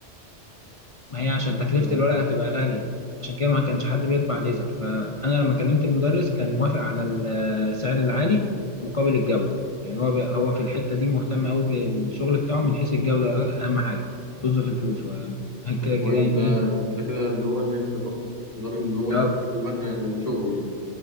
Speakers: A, on the left; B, on the right.
A: ما هي عشان تكلفة
B: تمام
A: الورقة هتبقى غالية عشان كده ما كانش حد بيطبع ليزر فأنا لما كلمت المدرس كان موافق على السعر العالي مقابل الجودة يعني هو هو في الحتة دي مهتم قوي بالشغل بتاعه من حيث الجودة أهم حاجة طز في الفلوس هو <laughs> كده
B: طب
A: كده
B: كويس
A: يعني
B: ده
A: إيه
B: انت كده اللي هو اللي انت ضامن ضامن ان هو
A: اه
B: يجيب حق المكنة من شغله يعني